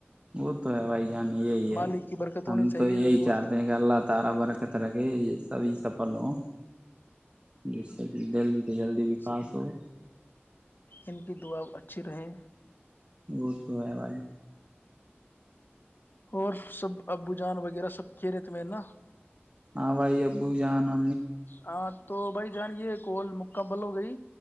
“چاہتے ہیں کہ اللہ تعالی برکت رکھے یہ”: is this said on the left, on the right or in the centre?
Right